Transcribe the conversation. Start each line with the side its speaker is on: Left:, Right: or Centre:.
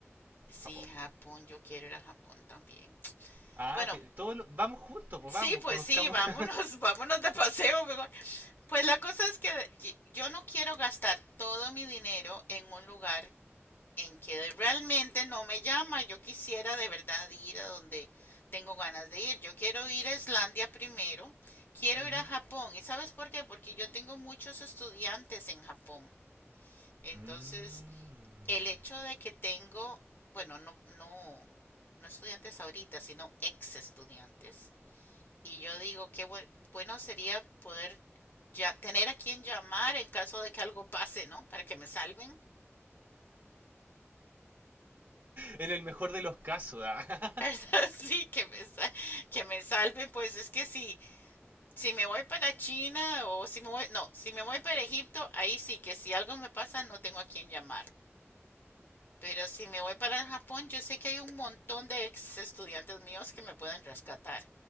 Left: sí,
Right: Japón.
Left: Japón, yo quiero ir a Japón también.
Right: Ah,
Left: Bueno,
Right: te- todo lo- vamos juntos, pues
Left: sí,
Right: vamos,
Left: pues
Right: conozcamos.
Left: sí, vámonos,
Right: <laughs>
Left: <laughs> vámonos de paseo mejor. Pues la cosa es que y- yo no quiero gastar todo mi dinero en un lugar en que realmente no me llama. Yo quisiera de verdad ir a donde tengo ganas de ir. Yo quiero ir a Islandia primero, quiero
Right: Ujú.
Left: ir a Japón. ¿Y sabes por qué? Porque yo tengo muchos estudiantes en Japón. Entonces,
Right: Mm.
Left: el hecho de que tengo, bueno, no, no, no estudiantes ahorita, sino ex estudiantes. Y yo digo, qué bu- bueno sería poder ya tener a quien llamar en caso de que algo pase, ¿no? Para que me salven.
Right: En el mejor de los casos. ah.
Left: <laughs> Sí, que me, sa- que me salven, pues es que sí, si me voy para China o si me voy, no, si me voy para Egipto, ahí sí que si algo me pasa no tengo a quién llamar. Pero si me voy para Japón, yo sé que hay un montón de ex estudiantes míos que me pueden rescatar